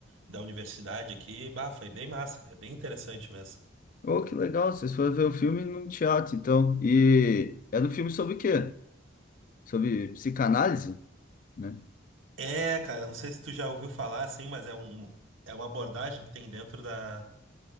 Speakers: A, on the right; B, on the left.
A: da universidade aqui. Bah, foi bem massa, cara, bem interessante mesmo.
B: Oh, que legal, vocês foram ver o filme num teatro, então. E era um filme sobre o quê? Sobre psicanálise, né?
A: É, cara, não sei se tu já ouviu falar assim, mas é um é uma abordagem que tem dentro da,